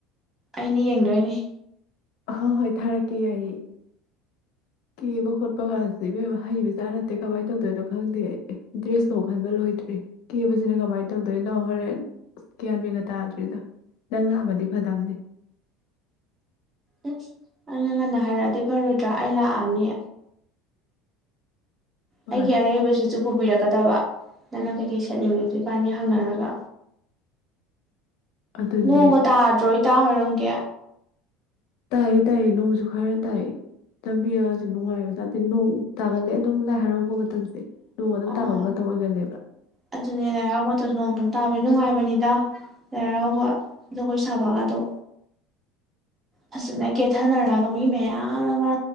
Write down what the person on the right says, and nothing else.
ꯑꯩꯅ ꯌꯦꯡꯗꯣꯏꯅꯦ
ꯑꯁ ꯅꯪꯅ ꯉꯟꯅ ꯍꯥꯏꯔꯛꯑꯗꯤ ꯐꯔꯣꯏꯗ꯭ꯔꯥ ꯑꯩ ꯂꯥꯛꯑꯝꯅꯤ
ꯑꯩꯒꯤ ꯑꯔꯩꯕꯁꯤꯁꯨ ꯄꯨꯕꯤꯔꯛꯀꯗꯕ ꯅꯪꯅ ꯀꯩꯀꯩ ꯁꯦꯠꯅꯤꯡꯉꯤ ꯏꯕꯥꯅꯤ ꯍꯪꯅꯔꯒ
ꯉꯣꯡꯒ ꯇꯥꯗꯔꯦ ꯏꯇꯥ ꯍꯣꯏꯔꯣꯝꯒꯤ
ꯑꯥ
ꯑꯗꯨꯅꯦ ꯂꯥꯏ ꯍꯔꯥꯎꯕ ꯃꯇꯝꯁꯨ ꯅꯣꯡ ꯑꯗꯨꯝ ꯇꯥꯕꯩ ꯅꯨꯡꯉꯥꯏꯕꯅꯤꯗ ꯂꯥꯏ ꯍꯔꯥꯎꯕ ꯖꯒꯣꯏ ꯁꯥꯕꯒꯗꯣ ꯐꯖꯅ ꯀꯦꯊꯅꯔꯒ ꯃꯤ ꯃꯌꯥꯝ ꯑꯃ